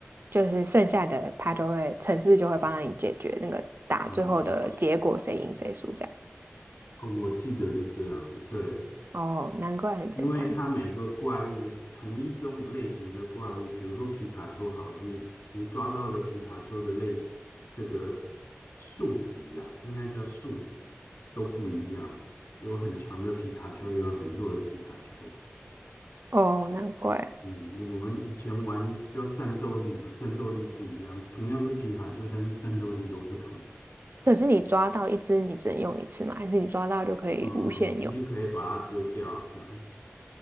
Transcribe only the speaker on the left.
呃，好，
哦，我记得是这样，对，
因为它每个怪物同一种类型的怪物，比如说皮卡丘好了，你你抓到的皮卡丘的类型，这个数值啊，应该叫数值都不一样，有很强的皮卡丘，也有很弱的皮卡丘。
嗯，我们以前玩叫战斗力嘛，战斗力不一样，同样是皮卡丘，但是战斗力都不同。
哦、你也可以把它丢掉，好像。